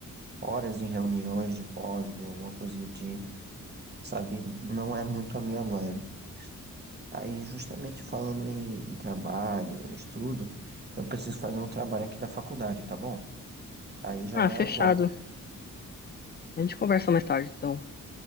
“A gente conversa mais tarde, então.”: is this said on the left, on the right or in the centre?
Left